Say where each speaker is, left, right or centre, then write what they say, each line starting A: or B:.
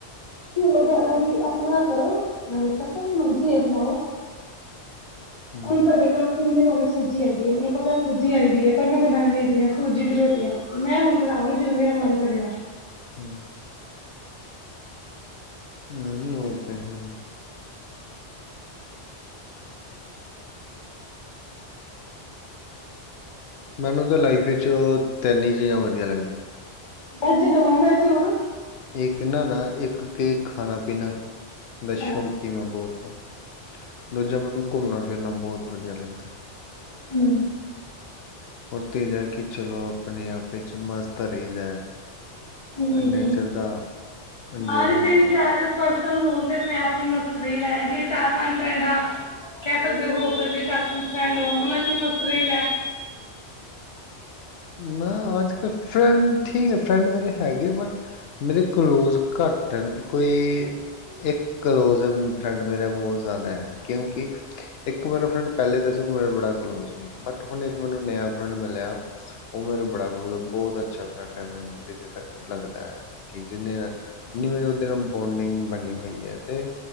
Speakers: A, on the left; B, on the left.
A: ਹੋਰ ਫੈਦਾ ਕੀ ਆਪਣਾ ਕਰੋ, ਨਾਲ ਤੱਕ ਮਰਜੀ ਬਣਾਓ।
B: ਹਮ
A: ਹੁਣ ਸਾਡੇ ਘਰ ਤਿੰਨ ਦਿਨ ਹੋ ਗਏ ਸੂਜੀ ਆਈ ਦੀ ਹੈ, ਮੈਨੂੰ ਪਤਾ ਸੂਜੀ ਆਈ ਦੀ ਹੈ, ਪਰ ਮੈਂ ਬਣਾ ਨੀ ਰਹੀ ਹਾਂ ਸੂਜੀ ਦੀ ਰੋਟੀਆਂ। ਮੈਂ ਹੁਣ ਬਣਾਵਾਂਗੀ ਜਦੋਂ ਮੇਰਾ ਮਨ ਕਰੇਗਾ।
B: ਹੂੰ, ਹੂੰ ਉਹ ਤੇ ਹੈ। ਮੈਨੂੰ ਤਾਂ ਲਾਈਫ ਵਿੱਚ, ਤਿੰਨ ਹੀ ਚੀਜ਼ਾਂ ਵਧੀਆ ਲੱਗਦੀਆਂ।
A: ਭਾਜੀ। ਨੌਨਵੇਜ' ਓ ਨਾ?
B: ਇੱਕ ਨਾ, ਨਾ, ਇੱਕ ਕੇ ਖਾਣਾ- ਪੀਣਾ। ਸ਼ੌਂਕੀ,
A: ਹੂੰ
B: ਮੈਂ ਬਹੁਤ ਹਾਂ, ਦੂਜਾ ਮੈਨੂੰ ਘੁੰਮਣਾ ਫਿਰਨਾ ਬਹੁਤ ਵਧੀਆ ਲੱਗਦਾ।
A: ਹੂੰ
B: ਰ ਤੇਜ ਕਿ ਚਲੋ, ਆਪਣੇ ਆਪ ਵਿੱਚ ਮਸਤ ਰਹੀਦਾ ਹੈ।
A: ਹੂੰ
B: ਨੇਚਰ ਦਾ ਇੰਜੋਏਮੈਂਟ
A: ਸਾਰ ਤਿੰਨ, ਚਾਰ ਪਰਸ ਹੋਣ ਤੇ, ਆਪਣੇ ਆਪ ਹੀ ਮਸਤ ਰਹੀਦਾ ਹੈ। ਜਿ ਚਾਰ, ਪੰਜ ਫਰੈਂਡਾਂ ਕਹਿ ਸਕਦੇ ਹੋ, ਹੋ ਸਕਦੇ ਚਾਰ, ਪੰਜ ਫਰੈਂਡ ਹੋਣ ਉਹਨਾ 'ਚ ਮਸਤ ਰਹੀਦਾ
B: ਨਾ ਅੱਜ ਕੱਲ ਫਰੈਂਡ ਠੀਕ ਹੈ। ਫਰੈਂਡ ਮੇਰੇ ਹੈਗੇ ਆ, ਬਟ ਮੇਰੇ ਕਲੋਜ ਘੱਟ ਕੋਈ ਇੱਕ ਕਲੋਜ ਹੈ। ਫਰੈਂਡ ਮੇਰਾ ਬਹੁਤ ਜ਼ਿਆਦਾ ਹੈ, ਕਿਉਂਕਿ ਇੱਕ ਮੇਰਾ ਫਰੈਂਡ ਪਹਿਲੇ ਦਾ ਸੀ ਉਹ ਮੇਰਾ ਬੜਾ ਕਲੋਜ ਸੀ, ਬਟ ਹੁਣ ਇੱਕ ਮੈਨੂੰ ਨਯਾ ਫਰੈਂਡ ਮਿਲਿਆ। ਉਹ ਮੇਰੇ ਬੜਾ ਕੋਲੋ ਦਾ ਬਹੁਤ ਅੱਛਾ ਫਰੈਂਡ ਹੈ। ਮੈਨੂੰ ਜਿੱਥੇ ਤੱਕ ਲੱਗਦਾ ਹੈ ਕਿ, ਜਿੰਨੇ-ਜਿੰਨੀ ਮੇਰੀ ਉਹਦੇ ਨਾਲ ਬੋਂਡਿੰਗ ਬਣੀ ਹੋਈ ਹੈ, ਅਤੇ